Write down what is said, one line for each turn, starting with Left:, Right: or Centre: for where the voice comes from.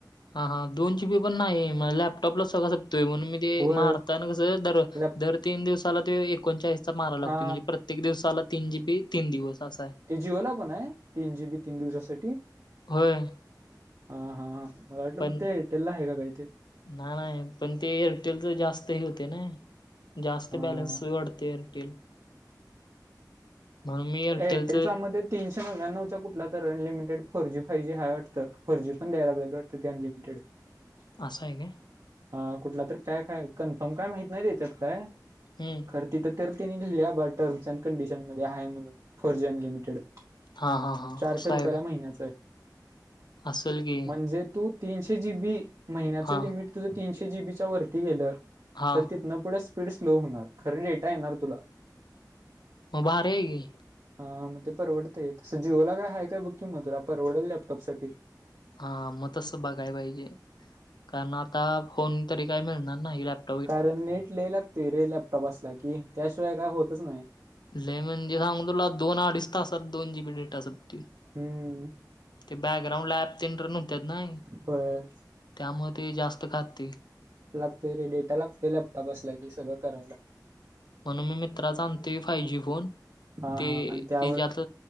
Left: हा हा दोन जी बी पण नाही मग, लॅपटॉपला सगळं सपतोय म्हणून मी ते
Right: व
Left: मारताना कसं.
Right: लॅप
Left: दर तीन दिवसाला एकोणचाळीसचा माराय लागतो.
Right: हा
Left: म्हणजे प्रत्येक दिवसाला. तीन जी बी तीन दिवस असा आय.
Right: ते जिओला पण आहे, तीन तीन दिवसासाठी
Left: होय
Right: हा हा. मला वाटलं
Left: पण
Right: फक्त एरटेला हाय काय ते.
Left: नाही नाही पण ते एअरटेलच जास्तं हे होतंय ने. जास्त
Right: हा
Left: बॅलन्स वढते एअरटेल. म्हणून मी एअरटेलचं
Right: एअरटेलच्या मध्ये. तीनशे नव्याण्णव चा कुठला तर अनलिमीटेड फोरजी फायजीय वाटत. फोरजी पण द्यायला लागल्यात वाटत ते अनलिमीटेड. <inaudible>
Left: आसाय काय.
Right: हा कुठला तर पॅक आहे, कन्फर्म काय माहित नाही देण्यात काय.
Left: हम्म.
Right: तिथं तर तेनी लिहिलंय टर्म्स अँड कंडिशन मध्ये, हाय म्हणून फोर्जी अनलिमिटेड.
Left: हां हां हां
Right: चारशे
Left: असं
Right: रुपयाला
Left: आहे काय?
Right: महिन्याच.
Left: असेल की
Right: म्हणजे तू, तीनशे जीबी महिन्याच
Left: हां
Right: लिमिट. तुझं तीनशे जीबीच्या वरती गेलं
Left: हां
Right: तर, तिथनं पुढं स्पीड स्लो होणार खरं डेटा येणार तुला.
Left: मग भारी हाय की.
Right: हा मग ते परवडतय तसं, जिओला काय हाय काय बघ की तुला परवडेल लॅपटॉपसाठी.
Left: हा मग तसं बघाय पाहिजे, कारण आता फोन तरी काय मिळणार नाही लॅप
Right: कारण नेट लय लागतोय रे लॅपटॉप असला की, त्याशिवाय काय होतच नाय.
Left: लई म्हणजे सांगू तुला, दोन अडीच तासात दोन जीबी डेटा संपतोय.
Right: हम्म.
Left: बॅकग्राउंड ॲप टेंडर नव्हत्या नाही
Right: होय
Left: त्यामुळे ते जास्त खातंय.
Right: लागतोय रे डेटा लागतोय लॅपटॉप असला की सगळं करायला.
Left: म्हणून मी मित्राचा आणतोय फायजी फोन.
Right: हा
Left: ते
Right: हा आणि त्यावर
Left: त्याच्यात